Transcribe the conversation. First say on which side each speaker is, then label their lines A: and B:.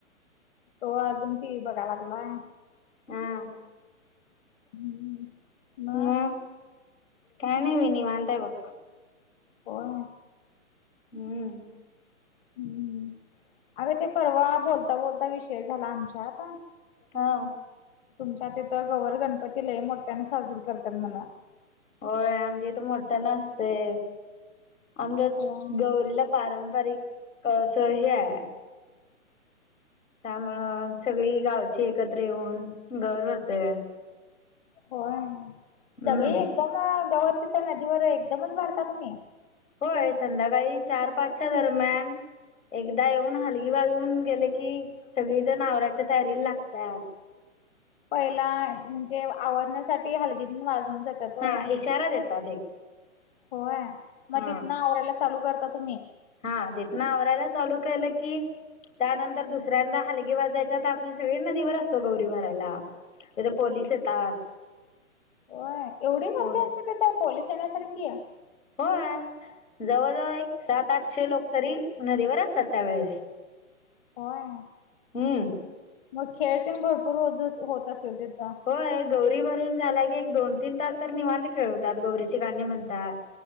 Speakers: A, on the left; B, on the left.
A: तो अजून टी व्ही बघाय लागलाय.
B: आं
A: हम्म. मग
B: म काय नाय मी निवांत आहे बघ.
A: होय
B: हम्म.
A: हम्म हम्म अगं ते परवा बोलता-बोलता विषय झाला आमचा आता.
B: हा.
A: तुमच्या तिथं गवर गणपती लय मोठ्याने साजरी करत्यात म्हणं.
B: होय आमच्या इथं मोठ नसतय आमजत
A: हो
B: गौरीला पारंपरिक क से हे आहे. त्यामुळं सगळी गावची एकत्र येऊन घर भरतेय.
A: होय
B: हम्म.
A: सगळी एकदम गवतीच्या नदीवर एकदमच भरता तुम्ही.
B: होय संध्याकाळी चार पाचच्या दरम्यान. एकदा येऊन हलगी वाजून गेले की सगळी जण आवराच्या तयारीला लागतात.
A: पहिला म्हणजे आवरण्यासाठी हलगीन वाजवून जात त्यात होय,
B: हा इशारा देतात एक
A: होय मग
B: हा
A: तिथन आवरायला चालू करता तुम्ही.
B: हा तिथनं आवरायला चालू केलं. की त्यानंतर दुसऱ्यांदा हालगी वाजायच्या त आपण सगळे नदीवर असतो गौरी भरायला. तेथ पोलीस येतात.
A: होय एवढी
B: पो
A: गर्दी असते तिथे पोलीस येण्यासारखी.
B: होय जवळजवळ एक सात आठशे लोक तरी नदीवर असतात त्यावेेळेस.
A: होय.
B: हम्म.
A: मग खेळ तेन भरपूर हो होत असेल त
B: होय गौरी भरून झाला की एक दोन तीन तास तर निवांत खेळवतात गौरीची गाणी म्हणतात.